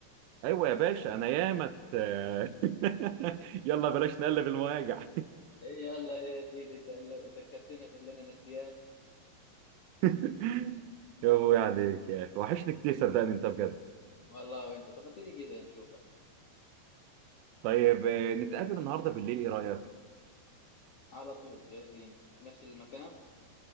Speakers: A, on the right; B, on the left.
A: ايوه يا باشا انا ياما ت- <laughs> يلا بلاش نقلب المواجع
B: يلا يا سيدي انت قل- ذكرتنا في اللي انا ناسياه
A: <laughs> يا ابوي عليك يا اخي وحشني كتير صدقني انت بجد
B: والله وانت طب ما تيجي كده نشوفك
A: طيب آه، نتقابل النهارده بالليل ايه رايك
B: على طول جاهزين في نفس المكان